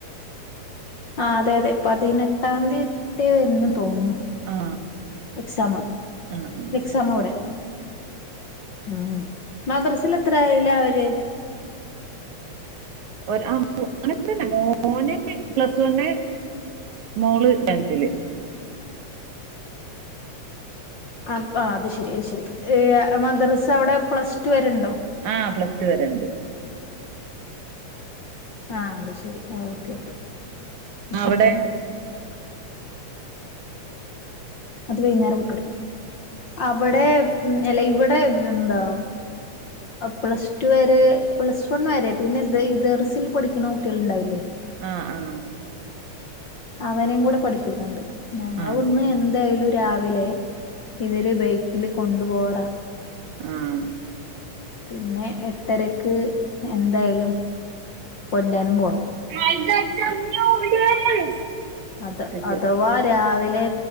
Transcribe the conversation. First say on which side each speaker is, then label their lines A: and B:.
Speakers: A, on the left (about 50°); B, on the right (about 75°).
A: ആ അതെ അതെ പതിനെട്ടാതീ ട്ട്യാ വരന്ന് തോന്നുന്നു.
B: ആ
A: എക്സാമ
B: ആ ആ
A: എക്സാമ അവിടെ. ഉം മദ്രസൽ എത്രായിലാവര്. <inaudible>
B: ആ ഒര <unintelligible> മോൻ പ്ലസ് വണ്. മോള് ടെന്തിൽ.
A: ആ ആ അത് ശരി അ ശെരി മദ്രാസ അവിടെ പ്ലസ് ടു വരെണ്ടോ.
B: ആഹ പ്ലസ് ടു വരെ ഉണ്ട്.
A: ആഹ അത് ശെരി ഓക്കെ ഓക്കെ അപ്പ
B: അവിടെ
A: അങ്ങനെയൊക്കെ. അത് വൈകുന്നേരം വിട്ടടുക്ക. അവിടെ ഉ അല്ല ഇവിടെ പിന്നെന്താ. പ്ലസ് ടു വരെ പ്ലസ് വൺ വരെ പിന്നെ ദെർസിൽ പഠിക്കണ കുട്ടികൾ ഇണ്ടാവില്ലേ.
B: ആഹ ആഹ.
A: അവനെയും കൂടെ പഠിപ്പിക്കണ്ട് ഞങ്ങള
B: ആ
A: ഇവടുന്ന് എന്തായാലും. രാവിലെ ഇവര് ബൈക്കില് കൊണ്ടു പോവാറാ.
B: ആഹ്
A: പിന്നെ എട്ടരക്ക് എന്തായാലും. ക്കൊണ്ടാനും പോണം.
B: <unintelligible>
A: അത
B: ഇട്ട്
A: അഥവാ രാവിലെ